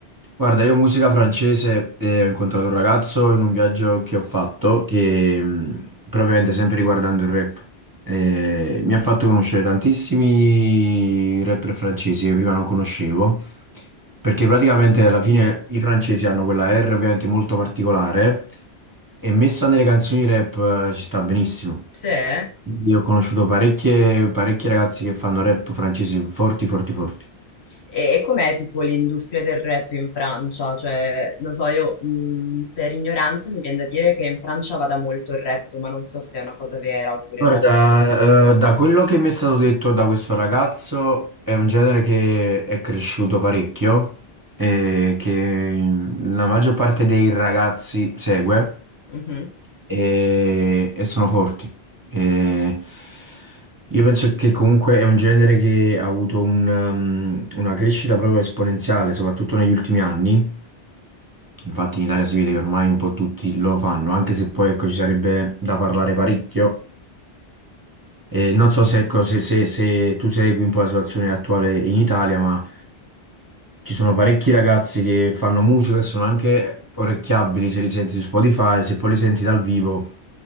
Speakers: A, on the right; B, on the left.
A: Guarda, io musica francese e ho incontrato un ragazzo in un viaggio che ho fatto, che mh, propriamente sempre riguardando il rap, E mi ha fatto conoscere tantissimi rapper francesi che prima non conoscevo, perché praticamente alla fine i francesi hanno quella R ovviamente molto particolare e messa nelle canzoni rap eh, ci sta benissimo.
B: Sì. eh?
A: Io ho conosciuto parecchie, parecchi ragazzi che fanno rap francesi forti, forti, forti.
B: E, e com'è tipo l'industria del rap in Francia? Cioè, non so, io mh, per ignoranza mi viene da dire che in Francia vada molto il rap, ma non so se è una cosa vera oppure
A: Guarda,
B: no.
A: eh, da quello che mi è stato detto da questo ragazzo è un genere che è cresciuto parecchio e che la maggior parte dei ragazzi segue
B: Mhm.
A: e, e sono forti. E io penso che comunque è un genere che ha avuto un, um, una crescita proprio esponenziale, soprattutto negli ultimi anni. Infatti in Italia si vede che ormai un po' tutti lo fanno, anche se poi ecco, ci sarebbe da parlare parecchio eh, non so se, ecco, se- se- se tu segui un po' la situazione attuale in Italia, ma ci sono parecchi ragazzi che fanno musica e sono anche orecchiabili se li senti su Spotify, se poi li senti dal vivo